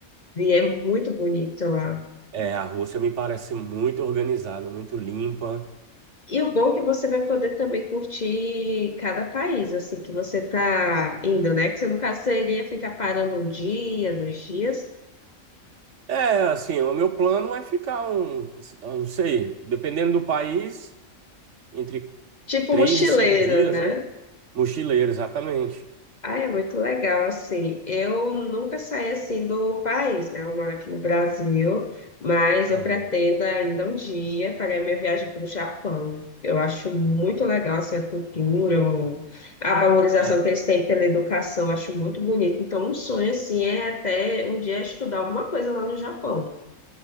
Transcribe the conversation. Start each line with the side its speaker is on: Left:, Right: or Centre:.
Left: vi, é muito bonito lá.
Right: é, a Rússia me parece muito organizada, muito limpa.
Left: E o bom é que você vai poder também curtir cada país, assim, que você tá indo, né? Que você, no caso, você iria ficar parando um dia, dois dias.
Right: É, assim, o meu plano é ficar um, eu não sei, dependendo do país, entre
Left: Tipo
Right: três
Left: mochileiro,
Right: e cinco dias,
Left: né?
Right: né? Mochileiro, exatamente.
Left: Ah, é muito legal, assim. Eu nunca saí assim do país, né? Eu moro aqui no Brasil, mas
Right: Aham.
Left: eu pretendo ainda um dia fazer a minha viagem para o Japão. Eu acho muito legal, assim, a cultura, o- a valorização
Right: É.
Left: que eles têm pela educação, eu acho muito bonito. Então, um sonho, assim, é até um dia estudar alguma coisa lá no Japão.